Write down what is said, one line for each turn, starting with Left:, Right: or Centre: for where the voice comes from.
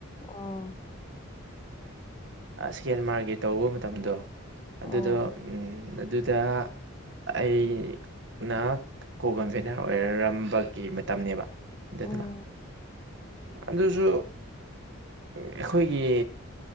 Left: ꯑꯣ
Right: ꯁ ꯍꯦꯟ ꯃꯥꯔꯒꯤꯦ ꯇꯧꯕ ꯃꯇꯝꯗꯣ
Left: ꯑꯣ
Right: ꯑꯗꯨꯗꯣ ꯎꯝ ꯑꯗꯨꯗ ꯑꯩꯅ ꯀꯣ ꯀꯟꯚꯦꯅꯔ ꯑꯣꯏꯔꯔꯝꯕꯒꯤ ꯇꯝꯅꯦꯕ ꯑꯗꯨꯗꯨꯅ
Left: ꯎꯝ
Right: ꯑꯗꯨꯁꯨ ꯑꯩꯈꯣꯏꯒꯤ